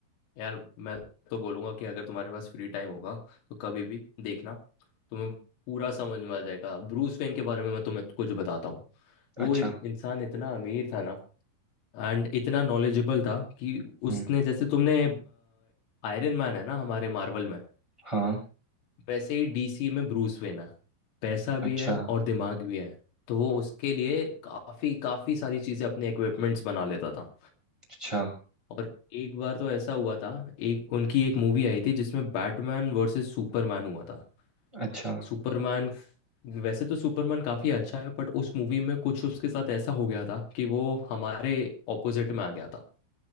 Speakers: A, on the left (about 85°); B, in the centre.
A: यार मैं तो बोलूंगा कि अगर तुम्हारे पास फ्री टाइम होगा तो कभी भी देखना तुम्हें पूरा समझ में आ जाएगा ब्रूस वेन के बारे में मैं तुम्हें कुछ बताता हूँ वो
B: अच्छा
A: इ- इंसान इतना अमीर था ना एंड इतना नॉलेजेबल था कि
B: हम्म
A: उसने जैसे तुमने आयरन मैन है ना हमारे मार्वल में
B: हाँ
A: वैसे ही डीसी में ब्रूस वेन है पैसा भी
B: अच्छा
A: है और दिमाग भी है तो वो उसके लिए काफ़ी काफ़ी सारी चीज़ें अपने इक्विपमेंट्स बना लेता था
B: अच्छा
A: और एक बार तो ऐसा हुआ था एक उनकी एक मूवी आई थी जिसमें बैटमैन वर्सेस सुपरमैन हुआ था
B: अच्छा
A: सुपरमैन वैसे तो सुपरमैन काफ़ी अच्छा है बट उस मूवी में कुछ उसके साथ ऐसा हो गया था कि वो हमारे ऑपोजिट में आ गया था